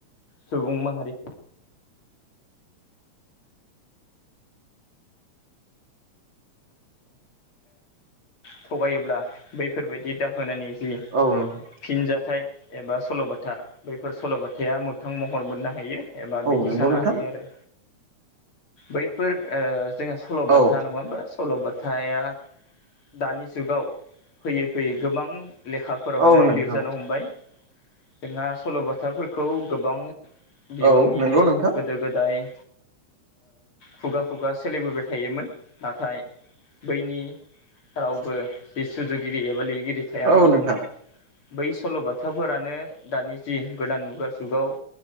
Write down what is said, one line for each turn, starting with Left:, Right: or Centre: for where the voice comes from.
Left: सुबुं माहारि थगायोब्ला बैफोरबायदि दाहोननि जि
Right: औ नोंथां
Left: फिनजथायाइ एबा सल'बाथा बैफोर सल'बाथाया मोगथां महर मोननो हायो एबा
Right: औ
Left: बिदि
Right: नंगौ
Left: जानो
Right: नोंथां
Left: हायो आरो बैफोर ओ जोंहा सल'बाथा
Right: औ
Left: नङा होमा सल'बाथाया दानि जुगाव फैयै फैयै गोबां लेखाफोरावनो
Right: औ नोंथां
Left: लिरजानो हमबाय। जोंहा सल'बाथाफोरखौ गोबां बिबांनिनो
Right: औ नंगौ नोंथां
Left: गोदो गोदाय खुगा खुगा सोलिबोबाय थायोमोन नाथाय बैनि रावबो जि सुजुगिरि एबा लिरगिरि थायामोन।
Right: औ नोंथां
Left: बै सल'बाथाफोरानो दानि जि गोदान मुगा जुगाव